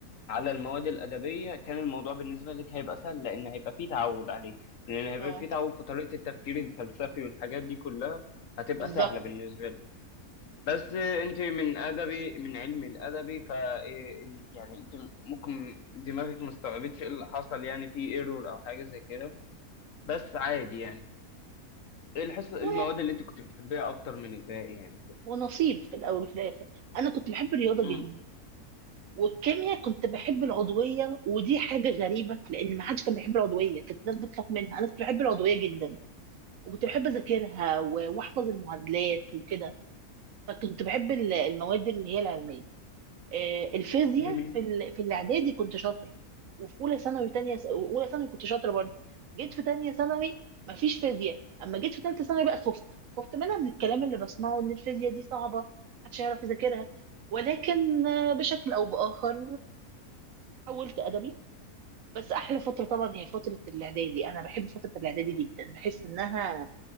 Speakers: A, on the left; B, on the right.
A: على المواد الأدبية كان الموضوع بالنسبة لك هيبقى سهل لأن هيبقى فيه تعود عليه لأن هيبقى
B: اه
A: فيه تعود في طريقة التفكير الفلسفي والحاجات دي كلها هتبقى
B: بالظبط
A: سهلة بالنسبة لك بس أنت من أدبي من علم الأدبي ف يعني أنت ممكن دماغك ما استوعبتش إيه اللي حصل يعني في ايرور أو حاجة زي كده بس عادي يعني إيه الحصة
B: و...
A: المواد اللي أنت كنت بتحبيها أكتر من الباقي يعني كده
B: ونصيب في الاول وفي الاخر انا كنت بحب الرياضه
A: أمم،
B: جدا والكيمياء كنت بحب العضويه ودي حاجه غريبه لان ما حدش كان بيحب العضويه كانت الناس بتخاف منها انا كنت بحب العضويه جدا وكنت بحب اذاكرها و- واحفظ المعادلات وكده فكنت بحب ال- المواد اللي هي العلميه آه، الفيزياء
A: جميل
B: في ال- في الاعدادي كنت شاطر وفي اولى ثانوي تانية س- اولى ثانوي كنت شاطره برضه جيت في تانية ثانوي مفيش فيزياء اما جيت في تالتة ثانوي بقى خفت خفت منها من الكلام اللي بسمعه ان الفيزياء دي صعبه محدش هيعرف يذاكرها ولكن آه، بشكل او باخر حولت ادبي بس احلى فتره طبعا هي فتره الاعدادي انا بحب فتره الاعدادي جدا بحس انها